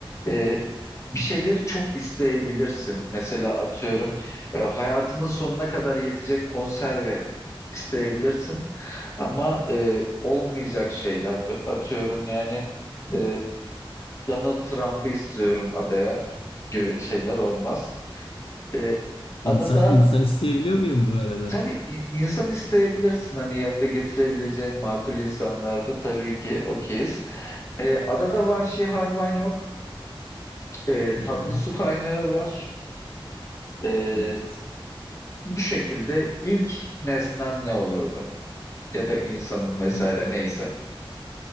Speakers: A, on the left; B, on the left.
A: E, bir şeyleri çok isteyebilirsin. Mesela atıyorum e, hayatımın sonuna kadar yetecek konserve isteyebilirsin. Ama e, olmayacak şeyler. Ö- Atıyorum yani e, Donald Trump'ı istiyorum adaya gibi şeyler olmaz. E,
B: <laughs>
A: Adada
B: İnsan insan isteyebiliyor muyum bu arada?
A: Tabii i- insan isteyebilirsin hani yanında getirebileceğin makul insanlarda tabii ki okeyiz. Ee, adada vahşi hayvan yok. Ee,
B: Hı
A: tatlı
B: hı,
A: su kaynağı var. Ee,
B: Evet.
A: bu şekilde ilk nesnen ne olurdu? Ya da insanın vesaire
B: Hı.
A: neyse.